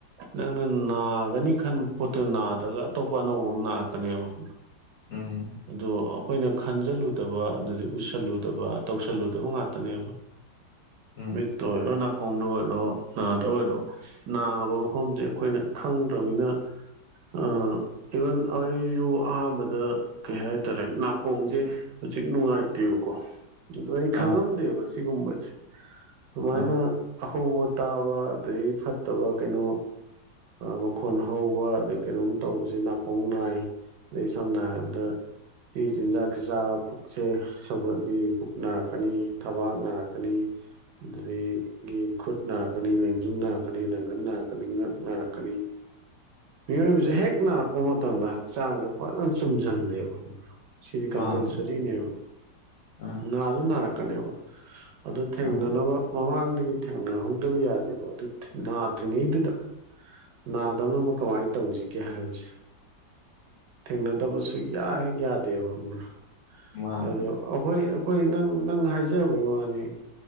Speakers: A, on the right (about 75°); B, on the left (about 65°).
A: ꯅꯪꯅ ꯅꯥꯒꯅꯤ ꯈꯟꯕ ꯄꯣꯠꯇꯨ ꯅꯥꯗ꯭ꯔꯒ ꯑꯇꯣꯞꯄ ꯑꯅꯧꯕ ꯑꯃ ꯅꯥꯔꯛꯀꯅꯦꯕ ꯍ
B: ꯎꯝ
A: ꯑꯗꯣ ꯑꯩꯈꯣꯏꯅ ꯈꯟꯖꯜꯂꯨꯗꯕ ꯑꯗꯨꯗꯩ ꯎꯁꯜꯂꯨꯗꯕ ꯇꯧꯁꯜꯂꯨꯗꯕ ꯉꯥꯛꯇꯅꯦꯕ
B: ꯎꯝ
A: ꯃꯤꯠꯇ ꯑꯣꯏꯔꯣ ꯅꯥꯀꯣꯡꯗ ꯑꯣꯏꯔꯣ ꯅꯥꯗ ꯑꯣꯏꯔꯣ ꯅꯥꯕ ꯃꯐꯝꯁꯦ ꯑꯩꯈꯣꯏꯅ ꯈꯪꯗ꯭ꯔꯃꯤꯅ ꯑ ꯏꯚꯟ ꯑꯩ ꯑꯩꯁꯨ ꯑꯍꯥꯟꯕꯗ ꯀꯩ ꯍꯥꯏꯇꯥꯔꯦ ꯅꯥꯀꯣꯡꯁꯦ ꯍꯧꯖꯤꯛ ꯅꯨꯡꯉꯥꯏꯇꯦꯕꯀꯣ ꯑꯗꯣ ꯑꯩ ꯈꯪꯉꯝꯗꯦꯕ
B: ꯑꯥ
A: ꯁꯤꯒꯨꯝꯕꯁꯦ ꯁꯨꯃꯥꯏꯅ
B: ꯑꯥ
A: ꯑꯍꯧꯕ ꯇꯥꯕ ꯑꯗꯒꯤ ꯐꯠꯇꯕ ꯀꯩꯅꯣ ꯃꯈꯣꯟ ꯍꯧꯕ ꯑꯗꯩ ꯀꯩꯅꯣꯝ ꯇꯧꯕꯁꯦ ꯅꯥꯀꯣꯡ ꯅꯥꯏ ꯑꯗꯩ ꯁꯝꯅ ꯍꯥꯏꯔꯕꯗ ꯁꯤ ꯆꯤꯟꯖꯥꯛ ꯆꯥꯕꯗ ꯄꯨꯛꯁꯦ ꯁꯧꯒꯠꯂꯤ ꯄꯨꯛ ꯅꯥꯔꯛꯀꯅꯤ ꯊꯕꯥꯛ ꯅꯥꯔꯛꯀꯅꯤ ꯑꯗꯨꯗꯒꯤ ꯒꯤ ꯈꯨꯠ ꯅꯥꯔꯛꯀꯅꯤ ꯂꯦꯡꯖꯨꯝ ꯅꯥꯔꯛꯀꯅꯤ ꯅꯪꯒꯟ ꯅꯥꯔꯛꯀꯅꯤ ꯉꯛ ꯅꯥꯔꯛꯀꯅꯤ ꯃꯤꯑꯣꯏꯕꯁꯦ ꯍꯦꯛ ꯅꯥꯔꯛꯄ ꯃꯇꯝꯗ ꯍꯛꯆꯥꯡꯁꯦ ꯐꯖꯅ ꯆꯨꯝꯁꯤꯜꯂꯦꯕ ꯁꯤꯗꯤ ꯀꯝꯄꯜꯁꯔꯤꯅꯦꯕ
B: ꯃꯥꯅꯦ ꯑꯥ
A: ꯅꯥꯗ ꯅꯥꯔꯛꯀꯅꯦꯕ ꯑꯗꯨ ꯊꯦꯡꯅꯅꯕ
B: ꯑꯥ
A: ꯃꯃꯥꯡꯗꯒꯤ ꯊꯦꯡꯅꯍꯧꯗꯕ ꯌꯥꯗꯦꯕ ꯑꯗꯨ ꯅꯥꯗ꯭ꯔꯤꯉꯩꯗꯨꯗ ꯅꯥꯗꯕꯅꯕ ꯀꯃꯥꯏꯅ ꯇꯧꯁꯤꯒꯦ ꯍꯥꯏꯕꯁꯦ ꯊꯦꯡꯅꯗꯕ ꯁꯨꯛꯌꯥ ꯍꯦꯛ ꯌꯥꯗꯦꯕ ꯈꯪꯕ꯭ꯔꯥ
B: ꯃꯥꯅꯦ
A: ꯑꯗꯣ ꯑꯩꯈꯣꯏ ꯑꯩꯈꯣꯏ ꯅꯪ ꯅꯪ ꯍꯥꯏꯖꯕꯒꯤ ꯋꯥꯅꯤ